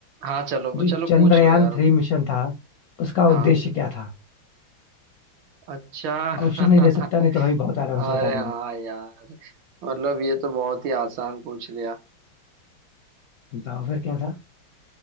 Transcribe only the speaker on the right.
हाँ चलो
चलो पूछ
लो यार
हाँ
अच्छा <laughs>
अरे
हाँ
यार मतलब ये तो बहुत ही आसान पूछ लिया